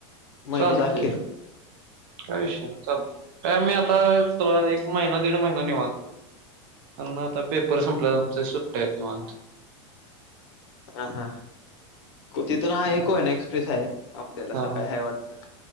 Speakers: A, on the left; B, on the right.
A: महिन्याच्या
B: चालते
A: अखेर
B: आयुष्य त काय मी आता तुला एक महिना दीड महिना निवन आ पेपर संपलं आमचे सुट्टा आहेत किवाां
A: हा हा तिथून आहे कोय ना एक्सप्रेस आहे आपल्याला
B: हा
A: सकाळी
B: हा
A: ह वाटत